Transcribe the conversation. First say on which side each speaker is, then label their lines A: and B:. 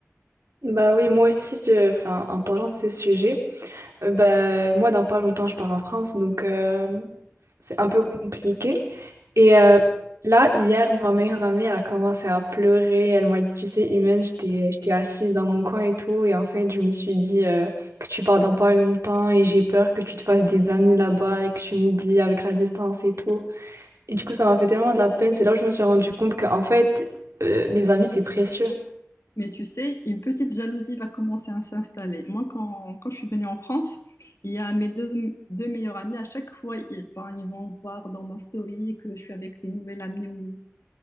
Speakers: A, on the right (about 70°); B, on the left (about 75°).
A: Bah oui, moi aussi, je- enfin, en parlant de ce sujet. Euh, bah, moi, dans pas longtemps, je pars en France, donc euh, c'est un peu compliqué. Et euh, là, hier, ma meilleure amie, elle a commencé à pleurer. Elle m'a dit, tu sais, Imen, j'étais, j'étais assise dans mon coin et tout. Et en fait, je me suis dit euh, que tu pars dans pas longtemps et j'ai peur que tu te fasses des amis là-bas et que tu m'oublies avec la distance et tout. Et du coup, ça m'a fait tellement de la peine. C'est là où je me suis rendu compte qu'en fait, euh, les amis, c'est précieux.
B: Mais tu sais, une petite jalousie va commencer à s'installer. Moi, quand, quand je suis venue en France, il y a mes deux, deux meilleurs amis, à chaque fois, ils, ben, ils vont voir dans ma story que je suis avec des nouvelles amies ou